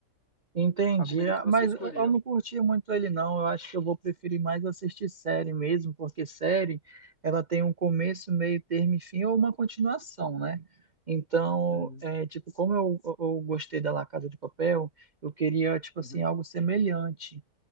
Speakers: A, on the right (about 40°); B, on the left (about 35°).
A: Entendi,
B: A comida
A: ah,
B: que você
A: mas
B: escolheu.
A: eu eu não curti muito ele, não. Eu acho que eu vou preferir mais assistir série mesmo, porque série, ela tem um começo, meio termo e fim, ou uma continuação, né? Então,
B: Uhum,
A: é, tipo, como eu, eu eu gostei da La Casa de Papel, eu queria, tipo
B: uhum.
A: assim, algo semelhante,